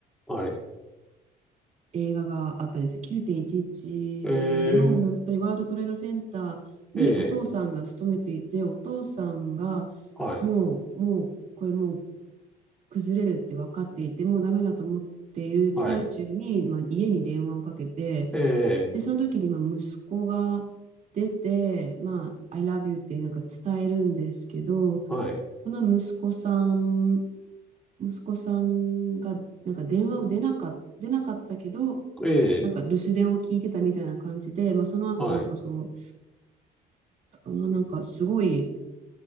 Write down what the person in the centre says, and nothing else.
う。はい。
えー、え
ー、はい。
はい。
え
ー、はい。
え
ー、はい。う